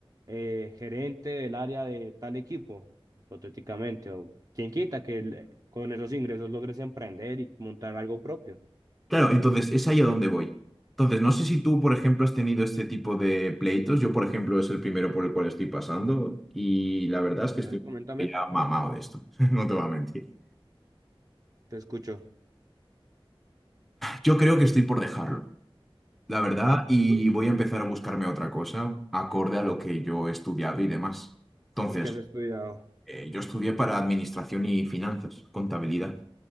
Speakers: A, on the right (about 40°); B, in the centre.
A: eh, gerente del área de tal equipo, hipotéticamente, o quien quita que el- con esos ingresos logres emprender y montar algo propio.
B: Claro, entonces es ahí a donde voy. Entonces, no sé si tú, por ejemplo, has tenido este tipo de pleitos. Yo, por ejemplo, es el primero por el cual estoy pasando y la verdad es que
A: A
B: estoy
A: ver, coméntame,
B: ya mamado de esto, <laughs> no te voy a mentir.
A: te escucho.
B: Yo creo que estoy por dejarlo, la verdad, y voy a empezar a buscarme otra cosa acorde a lo que yo he estudiado y demás. Entonces,
A: ¿Y qué has estudiado?
B: eh, yo estudié para administración y finanzas, contabilidad.